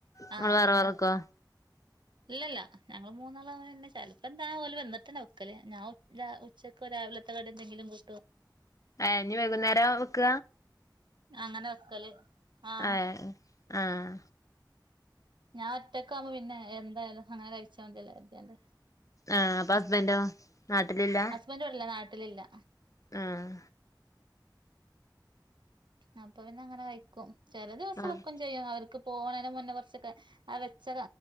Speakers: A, on the left (about 45°); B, on the right (about 80°).
A: ഇങ്ങള്
B: ആഹ്
A: വേറെ
B: ആഹ്
A: വേറെ വെക്കോ
B: ഇല്ലല്ല ഞങ്ങള് മൂന്നാളതന്നെ ചെലപ്പ എന്താ ഓല് വന്നിട്ടന്ന വെക്കല് ഞാ ഉച് ദാ ഉച് ഉച്ചക്കൊരാവിലെത്തെ കടി എന്തെങ്കിലും കു
A: ഏഹ് ഇഞ് വൈക്ന്നേര വെക്ക
B: അങ്ങന വെക്കല് ആഹ്
A: ഏഹ് ഏഹ്
B: ഞാ ഒറ്റക്കാവ്മ്പ പിന്നെ എന്തായലും അങ്ങനെ കഴിച്ചാ മതിയല്ലോ കര്തി യാണ്ട്
A: ആഹ് അപ്പ ഹസ്ബന്റൊ നാട്ട്ലില്ല
B: ഹസ്ബന്റ് ഇവ്ട്ല്ല നാട്ട്ലില്ല
A: ഉം
B: അപ്പ പിന്ന അങ്ങന കയ്ക്കും ചെല ദിവസം
A: ആഹ്
B: വെക്കും ചെയ്യും അവർ ക്ക് പോണെന്റെ മുന്നേ കൊറച്ചെക്ക ആ വെച്ച